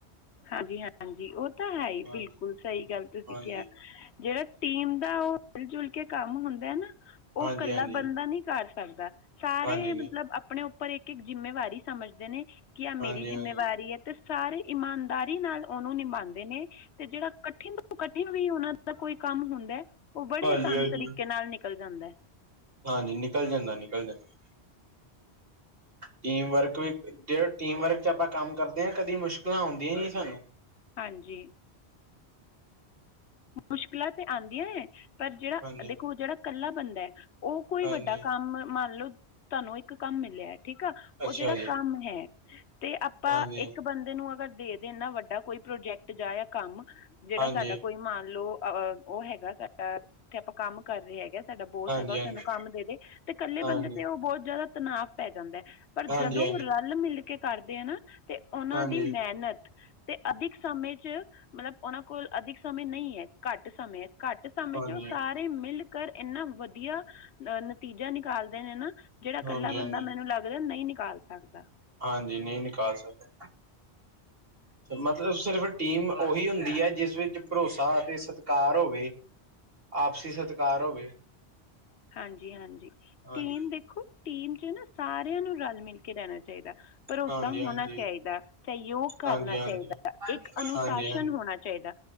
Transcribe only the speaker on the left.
ਹਾਂਜੀ-ਹਾਂਜੀ ਓ ਤਾਂ ਹੈ ਈ
ਬਿਲਕੁਲ ਸਈ ਗੱਲ ਤੁਸੀਂ
ਕਿਆ ਜੇੜਾ ਟੀਮ ਦਾ ਓ ਮਿਲ ਜੁਲ ਕੇ ਕੰਮ ਹੁੰਦਾ ਨਾ, ਓ
ਕੱਲਾ
ਬੰਦਾ ਨੀ ਕਰ ਸਕਦਾ। ਸਾਰੇ
ਮਤਲਬ ਆਪਨੇ ਉੱਪਰ ਇੱਕ-ਇੱਕ ਜਿੰਮੇਵਾਰੀ ਸਮਝਦੇ ਨੇ, ਕੀ ਆਹ ਮੇਰੀ
ਜਿੰਮੇਵਾਰੀ
ਐ। ਤੇ ਸਾਰੇ ਇਮਾਨਦਾਰੀ ਨਾਲ ਓਨੂੰ ਨਿਭਾਂਦੇ ਨੇ ਤੇ ਜੇੜਾ ਕਠਿਨ ਓ ਕਠਿਨ ਵੀ ਓਨਾਂ ਦਾ ਕੋਈ ਕੰਮ ਹੁੰਦਾ, ਓ ਬੜੇ
ਅਸਾਨ
ਤਰੀਕੇ ਨਾਲ ਨਿਕਲ ਜਾਂਦੈ।
<inaudible>
ਹਾਂਜੀ। ਮੁਸ਼ਕਿਲਾਂ ਤੇ ਆਂਦੀਆਂ ਨੇ, ਪਰ ਜੇੜਾ
ਦੇਖੋ ਜੇੜਾ ਕੱਲਾ ਬੰਦਾ ਐ ਓ ਕੋਈ
ਵੱਡਾ ਕੰਮ ਮੰਨ ਲੋ ਤਾਨੂੰ ਇੱਕ ਕੰਮ ਮਿਲੇਆ ਠੀਕ ਆ ਓ
ਜੇੜਾ
ਕੰਮ ਹੈ, ਤੇ ਆਪਾਂ
ਇੱਕ ਬੰਦੇ ਨੂੰ ਅਗਰ ਦੇ ਤੇ ਏਨਾ ਵੱਡਾ ਕੋਈ ਪ੍ਰੋਜੈਕਟ ਜਾਂ-ਜਾਂ ਕੰਮ ਜੇੜਾ
ਸਾਡਾ ਕੋਈ ਮੰਨ ਲੋ ਅ ਓ ਹੈਗਾ ਸਾਡਾ ਓਥੇ ਆਪਾਂ ਕੰਮ ਕਰ ਰਏ ਹੈਗੇ ਆਂ। ਸਾਡਾ ਬੋਸ
ਹੈਗਾ ਓ
ਸਾਨੂੰ ਕੰਮ ਦੇ-ਦੇ ਤੇ ਕੱਲੇ
ਬੰਦੇ ਤੇ ਓ ਬੋਤ ਜਾਦਾ ਤਨਾਵ ਪੈ ਜਾਂਦੈ। ਪਰ
ਜਦੋਂ ਓ ਰਲ ਮਿਲ ਕੇ ਕਰਦੇ ਆ ਨਾ ਤੇ ਓਨਾਂ
ਦੀ ਮੇਅਨਤ ਤੇ ਅਦਿਕ ਸਮੇਂ ਚ ਮਤਲਬ ਓਨਾਂ ਕੋਲ ਅਦਿਕ ਸਮੇਂ ਨਈਂ ਐ ਘੱਟ ਸਮੇਂ ਐ ਘੱਟ ਏ ਸਮੇਂ
ਚ ਓ ਸਾਰੇ ਮਿਲ ਕਰ ਏਨਾ ਵਦੀਆ ਨ ਨਤੀਜਾ ਨਿਕਾਲਦੇ ਨੇ ਨਾ ਜੇੜਾ
ਕੱਲਾ
ਬੰਦਾ ਮੈਨੂੰ ਲੱਗਦਾ ਨਈਂ ਨਿਕਾਲ ਸਕਦਾ।
ਹਾਂਜੀ-ਹਾਂਜੀ,
ਟੀਮ ਦੇਖੋ ਟੀਮ ਚ ਨਾ ਸਾਰਿਆਂ ਨੂੰ ਰਲ ਮਿਲ ਕੇ ਰੈਨਾ ਚਾਈਦਾ। ਭਰੋਸਾ
ਹੋਨਾ
ਚਾਈਦਾ, ਸਹਿਯੋਗ ਕਰਨਾ
ਚਾਈਦਾ,
ਇੱਕ ਅਨੁਸ਼ਾਸਨ
ਹੋਨਾ ਚਾਈਦਾ।